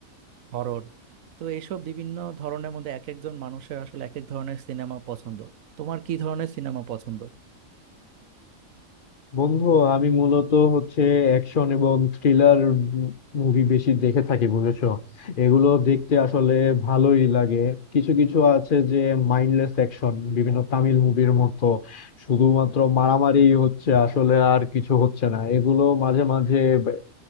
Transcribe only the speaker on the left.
বন্ধু আমি মূলত হচ্ছে অ্যাকশন এবং থ্রিলার মুভি বেশি দেখে থাকি বুঝেছো এগুলো দেখতে আসলে ভালোই লাগে কিছু কিছু আছে যে মাইন্ডলেস অ্যাকশন বিভিন্ন তামিল মুভির মতো শুধুমাত্র মারামারি হচ্ছে আসলে আর কিছু হচ্ছে না এগুলো মাঝে মাঝে ব-